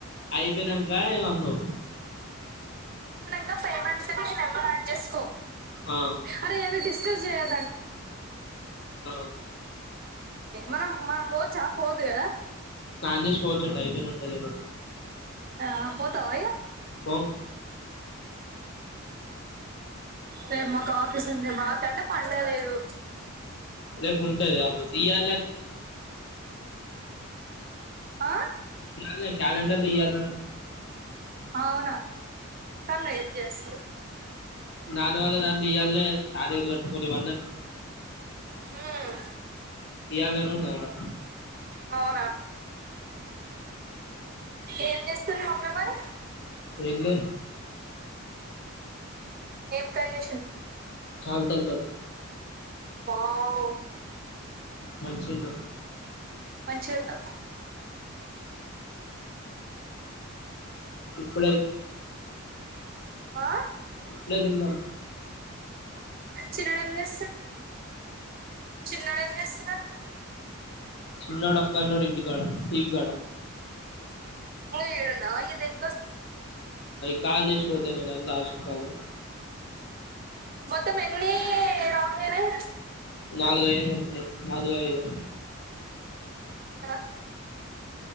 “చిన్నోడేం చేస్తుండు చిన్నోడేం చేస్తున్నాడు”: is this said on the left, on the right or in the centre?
Right